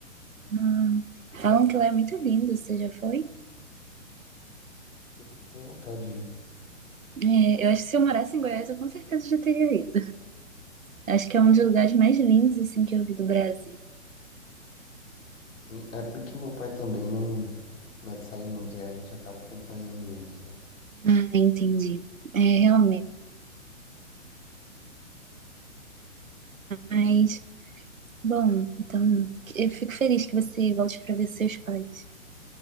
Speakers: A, on the right (about 75°); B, on the left (about 65°).
A: Hum. Falam que lá é muito lindo. Você já foi?
B: Eu não tenho vontade de ir.
A: É, eu acho que se eu morasse em Goiás, eu com certeza já teria ido. Acho que é um dos lugares mais lindos, assim, que eu vi do Brasil.
B: Sim, é porque meu pai também não, não é de sair muito, aí a gente acaba acompanhando ele, sabe?
A: Ah, entendi. É, realmente. Mas. Bom, então eu fico feliz que você volte para ver seus pais.